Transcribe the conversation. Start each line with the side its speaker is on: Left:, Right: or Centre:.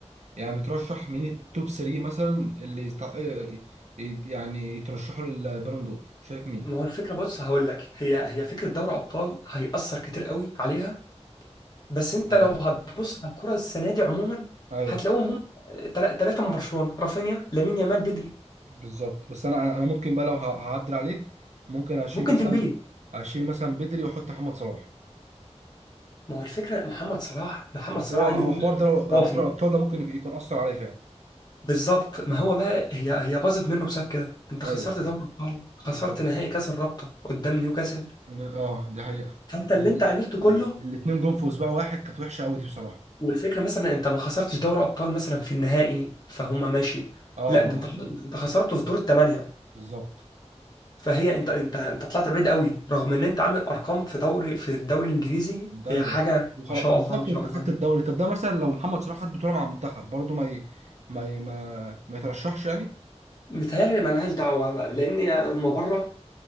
Right: يعني بترشح مين التوب 3 مثلا اللي يستع... يت- يعني يترشحوا للبالون دور شايف مين
Left: ما هو الفكره بص هقول لك هي هي فكره دوري ابطال هيأثر كتير قوي عليها بس انت
Right: ايوه
Left: لو هتبص على الكره السنه دي عموما
Right: ايوه
Left: هتلاقوهم هم ثلاثه من برشلونه رافينيا لامين يامال بدري
Right: بالظبط بس انا انا ممكن بقى لو ه- هعدل عليك ممكن اشيل
Left: ممكن
Right: مثلا
Left: ديمبلي
Right: اشيل مثلا بدري واحط محمد صلاح
Left: ما هو الفكره محمد صلاح محمد
Right: بس
Left: صلاح
Right: هو هو
Left: عامل
Right: حوار
Left: موسم
Right: دوري
Left: خرافي
Right: دوري ابطال ده ممكن يكون اثر عليه فعلا
Left: بالظبط ما هو بقى هي هي باظت منه بسبب كده انت
Right: ايوه
Left: خسرت دوري الابطال خسرت
Right: بالظبط
Left: نهائي كاس الرابطه قدام نيوكاسل
Right: أنا- اه دي حقيقة
Left: فانت اللي
Right: هما
Left: انت عملته كله
Right: ال- الاتنين جم في اسبوع واحد كانت وحشة قوي دي بصراحة
Left: والفكره مثلا انت ما خسرتش دوري ابطال مثلا في النهائي فهم ماشي
Right: اه اه
Left: لا ده انت ده انت خسرته في دور الثمانيه
Right: بالظبط
Left: فهي انت انت انت طلعت بعيد قوي رغم ان انت عامل ارقام في دوري في الدوري الانجليزي
Right: ده
Left: هي
Right: ايوه
Left: حاجه
Right: وخلاص
Left: ما شاء
Right: بالظبط
Left: الله ما شاء
Right: وانت
Left: الله
Right: خدت
Left: يعني
Right: الدوري طب ده مثلا لو محمد صلاح خد بطولة مع المنتخب برضه ما ي... ما ي... ما ما يترشحش يعني
Left: متهيألي مالهاش دعوه بقى لان هم بره